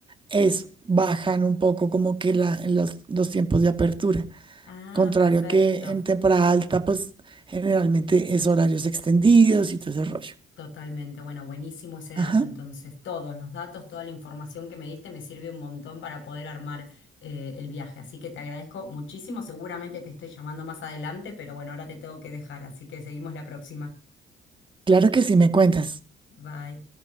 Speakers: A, on the right; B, on the left.
A: es bajan un poco como que la- los, los tiempos de apertura.
B: Ah,
A: Contrario
B: perfecto.
A: a que en temporada alta, pues generalmente es horarios extendidos y todo ese rollo.
B: Totalmente. Bueno, buenísimo ese dato.
A: Ajá.
B: Entonces, todos los datos, toda la información que me diste me sirve un montón para poder armar eh, el viaje. Así que te agradezco muchísimo. Seguramente te estoy llamando más adelante, pero bueno, ahora te tengo que dejar. Así que seguimos la próxima.
A: Claro que sí, me cuentas.
B: Bye.